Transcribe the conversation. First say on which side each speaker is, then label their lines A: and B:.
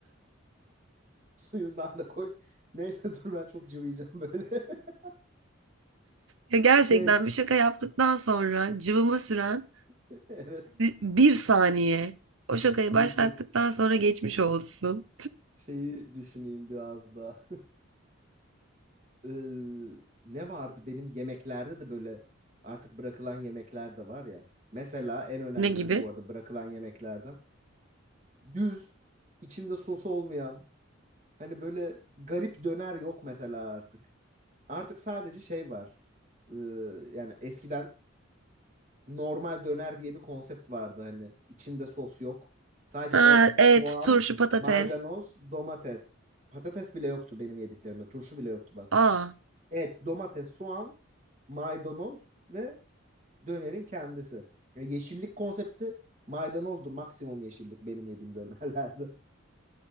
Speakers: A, on the right (about 35°); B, on the right (about 70°).
A: <laughs> Suyundan da koy. Neyse dur ben çok cıvıyacağım böyle. <laughs>
B: Ya gerçekten
A: Şey
B: bir şaka yaptıktan sonra cıvıma süren
A: <laughs> evet
B: Bir saniye. O şakayı
A: dur
B: başlattıktan
A: dur.
B: sonra geçmiş olsun.
A: Şeyi düşüneyim biraz daha. <laughs> Ee, ne vardı benim yemeklerde de böyle artık bırakılan yemekler de var ya. Mesela en önemlisi
B: Ne gibi?
A: bu arada bırakılan yemeklerden. Düz içinde sos olmayan hani böyle garip döner yok mesela artık. Artık sadece şey var. Ee, yani eskiden normal döner diye bir konsept vardı hani. İçinde sos yok. Sadece
B: Ha,
A: et, soğan,
B: et, turşu, patates.
A: maydanoz, domates. Patates bile yoktu benim yediklerimde. Turşu bile yoktu bak.
B: Aa,
A: Et, domates, soğan, maydanoz ve dönerin kendisi. Ya yeşillik konsepti maydanozdu. Maksimum yeşillik benim yediğim dönerlerde. <laughs>